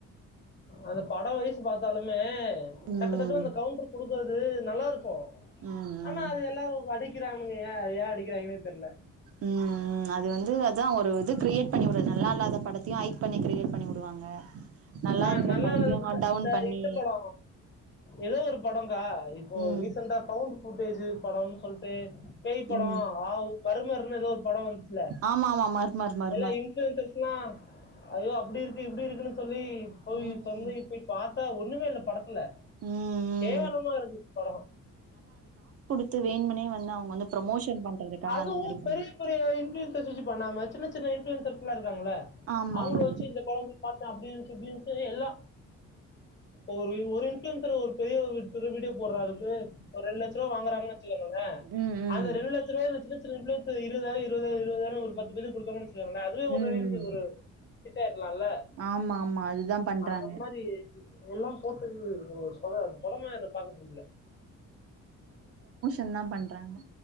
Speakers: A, on the left; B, on the right.
A: அது பட வயசு பாதாலுமே
B: ம்
A: டக்கு-டக்குனு அந்த கவுண்ரு குடுக்க து நல்லா இருக்கு
B: ம் ம்
A: ஆனா அது எல்லா அ அடிக்குறானுங்க ஏ ஏ அடிக்குறாங்னே தெர்ல
B: உம் உம் அது வந்து அதா ஒரு இது கிரியேட் பண்ணி விறது நல்லா இல்லாத படத்தயு ஹைக் பண்ணி கிரியேட் பண்ணி விடுவாங்க
A: ஆ
B: இருக்கிற
A: நல்லா
B: படத்தையு
A: இல்லாத
B: டவுன்
A: இந்த
B: பண்ணி
A: இந்த பட ஏதோ ஒரு படகா இப்போ
B: ம்
A: ரீசெண்டா வௌண்ட் கூட்டேஜு படனு சொல்ட்டு பேய் பட
B: ம்
A: ஆ மர்மர்னு ஏதோ பட வந்துச்ல
B: ஆமா ஆமா மர்மர் மர்மர்
A: எல்லா இன்ஃபுலுயன்சர்ஸ்னா ஐயோ அப்டி இருக்கு இப்டி இருக்கு சொல்லுடி போ்
B: ம்
A: சொந்து இப்படி பார்த்த <unintelligible> அக்கா ஒண்ணுமே இல்ல படத்த
B: ம்
A: கேவலமா
B: ம்
A: இருந்துச்சு பட
B: த்து வேண்முனே வந்து அவுங்க வந்து ப்ரோமோஷன் பண்றதுக்காக
A: அதுவும்
B: அந்த மாரி பண்ண
A: பெரிய பெரிய இன்ஃப்ளூயன்சர்ஸ் வச்சு பண்ணாம சின்ன சின்ன இன் இருகாங்ள
B: ஆமா
A: அவுங்ள
B: ஆமா
A: வச்சு இந்த பட பாத்து அப்டி இருந்சு இப்டி இருந்சு எல்லா ஒரு இன்ஃபுலுயன்சர் ஒரு பெரிய வீடியோ போடுறாருக்கு ரெண்டு லெட்சம் ரூபா வாங்ற
B: ம் ம்
A: அந்த ரெண்டு லட்ச ரூபாய் வச்சு <unintelligible> இருவதாயிர இருவதாயிர இருவதாயிர ஒரு பத்து <unintelligible> குடுத்தவன அதுவே ஒரு
B: ம்
A: <unintelligible> ஒரு ஃபிட்டாயிர்கலால்ல
B: ஆமா ஆமா அதுதா பண்றாங்க
A: அந்த மாரி இவல்லா போட்டது <unintelligible> எனக் பாக்க புடிக்கல
B: எல்லாம் பண்றாங்க